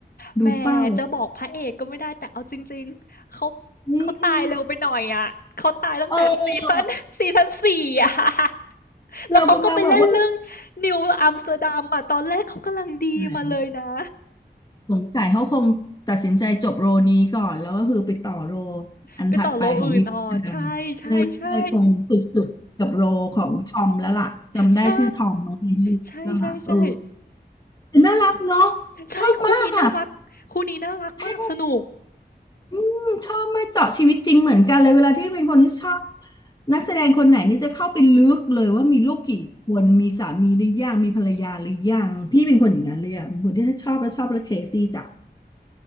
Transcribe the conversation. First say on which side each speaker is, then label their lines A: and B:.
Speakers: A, on the left; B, on the left.
A: แหม
B: ดูเป้า
A: จะบอกพระเอกก็ไม่ได้แต่เอาจริงๆเขา
B: อื
A: เขาตายเร็วไปหน่อยอ่ะเขาตายตั้งแต่ซีซัน
B: มเออ
A: <laughs> ซีซัน <laughs> สี่อ่ะ <laughs> แล้วเขาก็ไปเล่นเรื่อง
B: เรากำลังแบบว่า
A: นิวอัมสเตอร์ดัมอ่ะตอนแรกเขากำลังดีมาเลยนะ
B: ไหน สงสัยเขาคงตัดสินใจจบโรนี้ก่อนแล้วก็คือไปต่อโรอันถัดไปของมิชชันใช่ใช่คงสุดๆกับโรของทอมแล้วล่ะจำได้ชื่อทอมเน้ะในเรื่องอ่ะเออ
A: ไปต่อโลอื่นอ๋อใช่ใช่ใช่ ใช่ใช่ใช่ใช่
B: แต่น่ารักเนาะ
A: ใช่คู่นี้น่ารักคู่นี้น่ารักมากสนุก
B: ชอบมากอ่ะเท่อืมชอบไม่เจาะชีวิตจริงเหมือนกันเลยเวลาที่เป็นคนที่ชอบนักแสดงคนไหนนี่จะเข้าไปลึกเลยว่ามีลูกกี่คนมีสามีหรือยังมีภรรยาหรือยังพี่เป็นคนอย่างนั้นเลยอ่ะเป็นคนที่ถ้าชอบแล้วชอบแล้วเคซี่จ้ะ